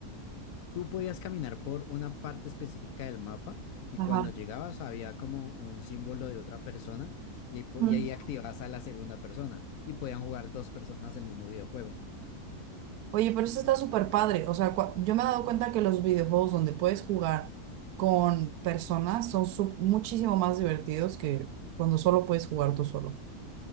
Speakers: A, on the left; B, on the right.
A: Tú podías caminar por una parte específica del mapa y
B: ajá.
A: cuando llegabas había como un símbolo de otra persona y ahí, po-
B: Mm.
A: y ahí activabas a la segunda persona y podían jugar dos personas el mismo videojuego.
B: Oye, pero eso está súper padre. O sea, cua- yo me he dado cuenta que los videojuegos donde puedes jugar con personas son su- muchísimo más divertidos que cuando solo puedes jugar tú solo.